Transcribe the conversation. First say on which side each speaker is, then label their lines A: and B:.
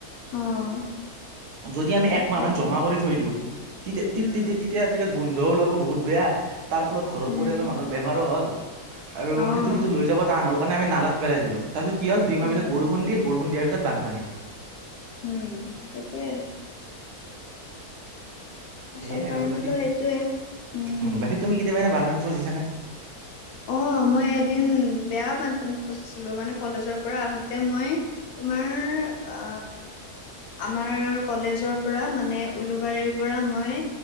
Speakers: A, on the left; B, on the right.
A: অ',
B: যদি আমি
A: সেইটোৱে।
B: একমাহ মান জমা কৰি থৈ দিওঁ তি তি তি
A: উম,
B: টিত তেতিয়া তেতিয়া গোন্ধ ওলাব বহুত বেয়া তাৰ ফলত ঘৰৰ
A: উম,
B: পৰিয়ালৰ মানুৰ বেমাৰো হ'ল। আৰু
A: অ',
B: সেইটো সেইটো লৈ যাব টান হল কাৰণে আমি নালাত পেলাই দিলো, তাৰ পিছত কি হল দুইমাহ
A: উম,
B: পিছত বৰষুণ দিল বৰো খুন দিয়াৰ পিছত বানপানী হল।
A: উম, সেইটোৱে। আচল
B: সেইয়াই
A: কাৰণটোতো
B: আৰু বাকী
A: সেইটোৱে, উম।
B: ওঁ বাকী তুমি কেতিয়াবা এনে বানপানীত ফছিচানে?
A: অঁ, মই এদিন বেয়া বানপানীত ফচিছিলোঁ মানে, কলেজৰ পৰা আহোতে মই তোমাৰ আ আমাৰ কলেজৰ পৰা মানে, উলুবাৰীৰ পৰা মই